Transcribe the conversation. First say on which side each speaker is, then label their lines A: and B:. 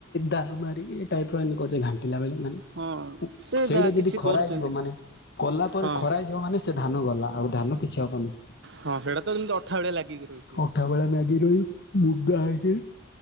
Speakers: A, on the left; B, on the right.
A: ଦା ମାରିକ ପ ଘାଣ୍ଟିଲା ବେଳେ ମାନେ
B: ହଁ ସେ
A: ସେଇଟା
B: ଯାହା କିଛି
A: ଯଦି ଖରା
B: କରୁଛନ୍ତି।
A: ହେଇଯିବ ମାନେ କଲା ପରେ
B: ହଁ
A: ଖରା ଯିବ ମାନେ ସେ ଧାନ ଗଲା ଆଉ ଧାନ କିଛି ହବନି।
B: ହଁ ସେଇଟା ତ ଅଠାଳିଆ ଲାଗିକି ରହିଛି।
A: ଅଠା ବେଳେ ନାଗି ରହି ବୃଧା ହେଇକି